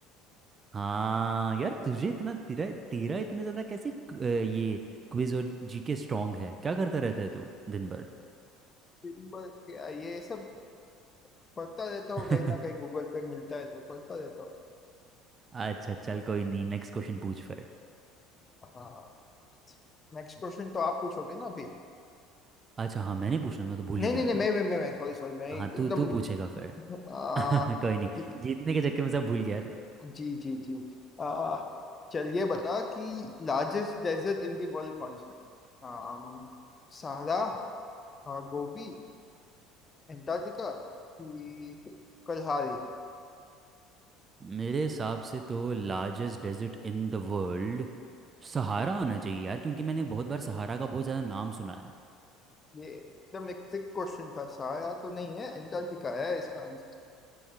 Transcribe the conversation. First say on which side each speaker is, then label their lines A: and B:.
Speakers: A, on the right; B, on the left.
A: हाँ यार तुझे इतना तेरा तेरा इतने ज़्यादा कैसे क- अ, ये क्विज और जीके स्ट्रांग है क्या करता रहता है तू दिन भर
B: किम्बर क्या ये सब पढ़ता रहता हूँ
A: <laughs>
B: कहीं ना कहीं गूगल पे मिलता है तो पढ़ता रहता हूँ
A: अच्छा चल कोई नहीं नेक्स्ट क्वेश्चन पूछ फिर
B: हाँ नेक्स्ट क्वेश्चन तो आप पूछोगे ना अभी
A: अच्छा हाँ मैंने पूछना मैं तो भूल
B: नहीं
A: ही गया
B: नहीं नहीं
A: था
B: मैं मैं मैं सॉरी सॉरी मैं sorry,
A: हाँ
B: sorry, मैं
A: तू तू पूछेगा फिर
B: एकदम आ,
A: <laughs> कोई नहीं
B: ठीक
A: जीतने के चक्कर में सब भूल गया तू
B: जी जी जी आ, चलिए बता कि largest desert in the world कौन सा है आम, सहारा आ, गोबी एंटार्क्टिका कि कलहारी
A: मेरे हिसाब से तो largest desert in the world Sahara होना चाहिए यार क्योंकि मैंने बहुत बार सहारा का बहुत ज़्यादा नाम सुना है
B: ये एकदम एक ट्रिक क्वेश्चन था सहारा तो नहीं है एंटार्क्टिका है इसका आंसर